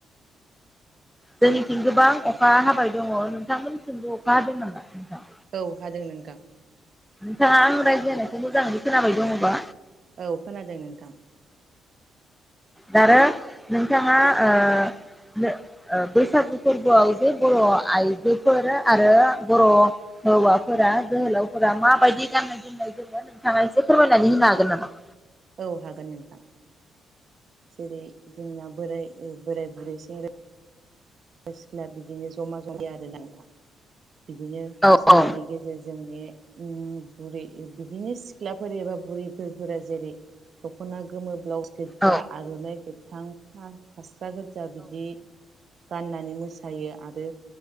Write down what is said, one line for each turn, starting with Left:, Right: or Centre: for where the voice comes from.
Centre: जोंनिथिं गोबां अखा हाबाय दङ नोंथांमोनथिंबो अखा हादों नामा नोंथां?
Right: औ हादों नोंथां।
Centre: नोंथाङा आं रायज्लायनायखौ मोजाङै खोनाबाय दङबा
Right: औ खोनादों नोंथां।
Centre: दारा नोंथाङा ओ नो बैसागु फोरबोआव जे बर' आइजोफोर आरो बर' हौवाफोरा जोहोलावफोरा माबायदि गाननाय जोमनाय जोङो नोंथाङा एसे फोरमायनानै होनो हागोन नामा?
Right: औ हागोन नोंथां। जेरै जोंना बोराय बोराय बुरै सेंग्रा सेंग्रा सिख्ला बिदिनो जमा जमाया आरो नोंथां बिदिनो
Centre: औ
Right: मोसानायनि
Centre: औ
Right: गेजेरजोंनो उम बुरि बिदिनो सिख्लाफोर एबा बुरैफोरा जेरै दखना गोमोब्लाउस गोज्जा
Centre: औ
Right: आरनाइफोर थांफा फास जागजा बिदि <unintelligible> गाननानै मोसायो आरो